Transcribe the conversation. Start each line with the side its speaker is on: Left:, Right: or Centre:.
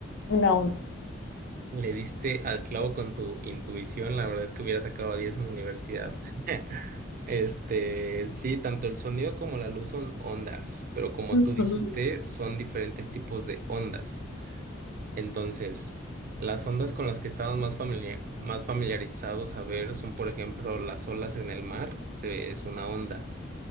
Left: una onda.
Right: Le diste al clavo con tu intuición, la verdad es que hubiera sacado 10 en la universidad. <laughs> Este, sí, tanto el sonido como la luz son ondas, pero como
Left: Ujú,
Right: tú dijiste, son diferentes tipos de ondas. Entonces, las ondas con las que estamos más familia- más familiarizados a ver son, por ejemplo, las olas en el mar, se- es una onda.